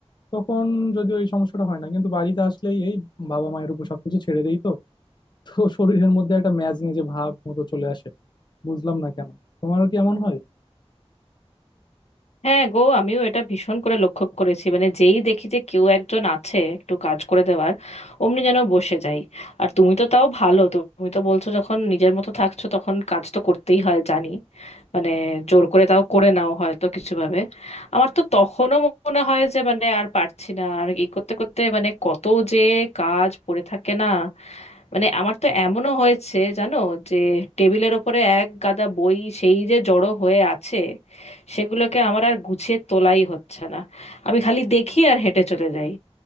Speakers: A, on the left (about 45°); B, on the left (about 80°).
A: তখন যদিও এই সমস্যাটা হয় না কিন্তু বাড়িতে আসলেই এই বাবা মায়ের উপর সবকিছু ছেড়ে দেই তো <laughs> তো শরীরের মধ্যে একটা ম্যাজ নিজে ভাব মতো চলে আসে বুঝলাম না কেন তোমারও কি এমন হয়
B: হ্যাঁ গো আমিও এটা ভীষণ করে লক্ষ্য করেছি মানে যেই দেখি যে কেউ একজন আছে একটু কাজ করে দেওয়ার অমনি যেন বসে যাই আর তুমি তো তাও ভালো তুমি তো বলছো যখন নিজের মতো থাকছো তখন কাজ তো করতেই হয় জানি মানে জোর করে তাও করে নাও হয়তো কিছু ভাবে আমার তো তখনও মনে হয় যে মানে আর পারছি না আর এই করতে করতে মানে কত যে কাজ পড়ে থাকে না মানে আমার তো এমনও হয়েছে জানো যে টেবিলের ওপরে এক গাদা বই সেই যে জড়ো হয়ে আছে সেগুলোকে আমার আর গুছিয়ে তোলাই হচ্ছে না আমি খালি দেখি আর হেঁটে চলে যাই